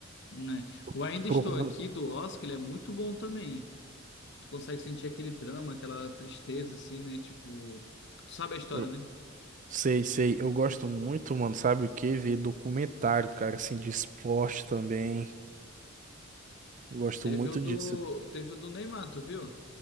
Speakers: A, on the left; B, on the right.
A: Né? O
B: Tô
A: Ainda
B: procurando.
A: Estou Aqui do Oscar, ele é muito bom também. tu consegue sentir aquele drama, aquela tristeza, assim, né? Tipo, tu sabe a história,
B: Eu-
A: né?
B: Sei, sei, eu gosto muito, mano, sabe o que? Ver documentário, cara, assim, de esporte também. Gosto
A: Teve
B: muito
A: o do,
B: disso.
A: teve o do Neymar, tu viu?